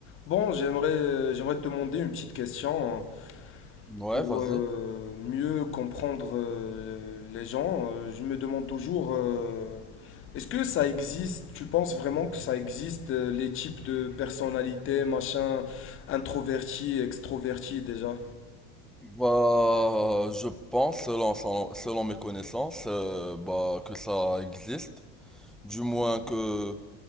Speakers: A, on the left (about 35°); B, in the centre.
A: Bon, j'aimerais euh, j'aimerais te demander une petite question hein,
B: Ouais,
A: pour
B: vas-y.
A: euh, mieux comprendre euh, les gens. Euh, je me demande toujours, euh, est-ce que ça existe, tu penses vraiment que ça existe, euh, les types de personnalités, machin, introverti, extroverti déjà?
B: Bah, je pense, selon, selon, selon mes connaissances, euh, bah, que ça existe. Du moins que,